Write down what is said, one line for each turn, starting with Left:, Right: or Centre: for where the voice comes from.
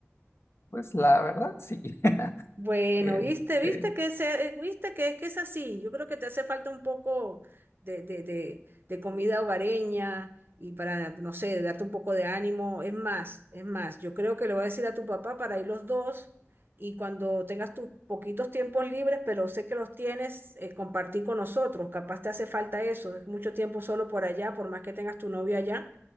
Left: pues la verdad sí. <laughs>
Right: Bueno,
Left: Este,
Right: viste, viste que ese- eh, viste que es que es así. Yo creo que te hace falta un poco de, de, de, de comida hogareña y para, no sé, darte un poco de ánimo. Es más, es más, yo creo que le voy a decir a tu papá para ir los dos y cuando tengas tus poquitos tiempos libres, pero sé que los tienes, eh, compartir con nosotros. Capaz te hace falta eso. Es mucho tiempo solo por allá, por más que tengas tu novio allá,